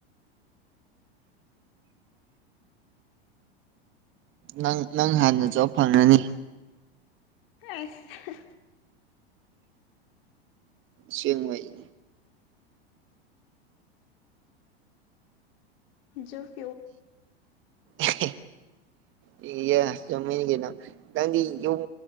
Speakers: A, on the right (about 40°); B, on the left (about 60°).
A: ꯅꯪ ꯅꯪ ꯍꯥꯟꯅ ꯖꯣꯕ ꯐꯪꯉꯅꯤ
B: ꯑꯥꯏ ꯍ
A: ꯁꯦꯡꯕꯩ
B: ꯖꫭ
A: ꯑꯍꯦ ꯍꯦ ꯆꯨꯝꯃꯤꯟ ꯀꯅꯣ ꯅꯪꯗꯤ ꯌꯨꯝ